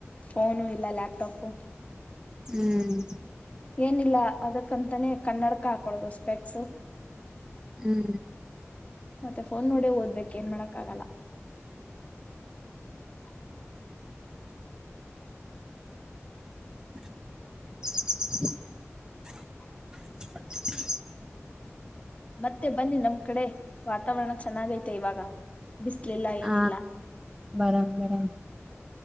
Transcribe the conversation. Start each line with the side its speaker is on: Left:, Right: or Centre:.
Left: ಫೋನು ಇಲ್ಲ ಲ್ಯಾಪ್ಟಾಪು
Right: ಹ್ಮ್
Left: ಏನಿಲ್ಲ ಅದಕ್ಕಂತಾನೇ ಕನ್ನಡಕ ಹಾಕೊಳದು ಸ್ಪೆಕ್ಸು.
Right: ಹ್ಮ್
Left: ಮತ್ತೆ ಫೋನ್ ನೋಡೇ ಓದ್ಬೇಕ್ ಏನ್ ಮಾಡಕ್ ಆಗಲ್ಲ.
Right: <inaudible> <inaudible>
Left: ಮತ್ತೆ ಬನ್ನಿ ನಮ್ ಕಡೆ ವಾತಾವರಣ ಚೆನ್ನಾಗೈತೆ ಇವಾಗ ಬಿಸ್ಲಿಲ್ಲ ಏನಿಲ್ಲ.
Right: ಹ ಬರಂ ಬರಂ